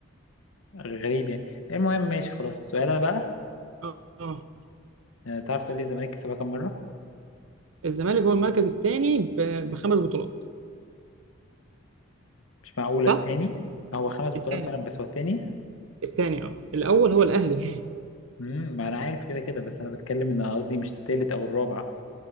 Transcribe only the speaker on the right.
اه آه.
الزمالك هو المركز الثاني ب... بخمس بطولات
صح؟
الثاني
الثاني اه الاول هو الاهلي <laughs>